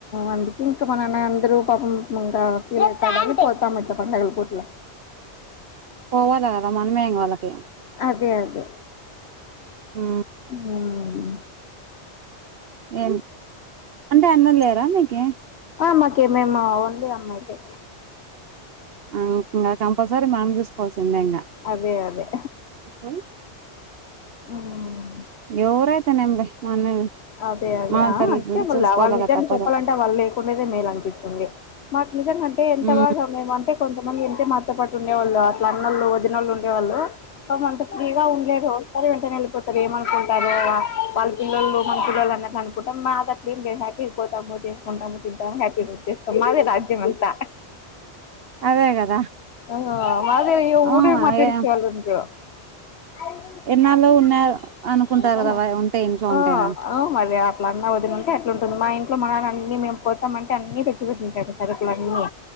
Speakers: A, on the left; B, on the right.
A: అందుకే ఇంకా మా నాన్న అందరు పాపం ఇంకా ఫీల్ పోతామం ఇట్ల పండగల పూట్ల
B: పోవలగాదా మన మేంగ వళ్కే
A: అదే అదే
B: ఉమ్
A: ఉమ్
B: ఏం అంటే అన్న లేరా నీకి
A: ఆ మాకీ మేమ్ ఓన్లీ అమ్మయితే
B: ఆ ఇంకా కంపల్సరీ మనం చూసుకోవాల్సిందే ఇంగ
A: అదే అదే
B: ఉమ్.
A: ఉమ్.
B: ఎవరైతే ఏంలే మనమే.
A: అదే అదే
B: మన
A: ఆహ్
B: తల్లి
A: అంటే మళ్ళీ
B: చూసుకోవాలగా
A: వాళ్ళ నిజంగా
B: తప్పదు
A: చెప్పాలంటే వాళ్ళు లేకుండేదే మేల్ అనిపిస్తుంది మాకు. నిజంగాంటే ఎంత
B: మ్
A: బాగా మేము అంతే. కొంతమంది ఎంటే మాతో పాటు ఉండేవాళ్ళు అట్ల అన్నళ్ళొవదినోళ్ళు ఉండేవాళ్ళు పాపంతా. ఫ్రీగా ఉండలేరు వస్తారు వెంటనే వెళ్ళిపోతారు ఏమనుకుంటారో అని వాళ్ళ పిల్లోలు. మా పిల్లలు అన్నట్లు అనుకుంటాం మాకు అట్లేం లేదు హ్యాపీగా పోతం చేసుకుంటాము తింటాము హ్యాపీగా వచ్చేస్తాం మాదేగ. మంతా.
B: అదే కదా
A: ఆహ్ మాదిరి
B: ఆ
A: ఊరే మాట్డిచ్చే
B: ఏ
A: వాళ్ళు ఉండు. ఆహ్
B: ఎన్నాళ్ళు ఉన్నారు
A: ఆహ్.
B: అనుకుంటారు కదా వ ఉంటే ఇంట్లో ఉంటేనా
A: ఆహ్ మరి అట్లా అన్నా వదిన ఉంటే అట్లాంటది మా ఇంటి. ఇంట్లో మనం అన్ని మేము పోతాంమంటే అన్ని తెచ్చి పెటుంటాడు సరుకులు అన్నీ.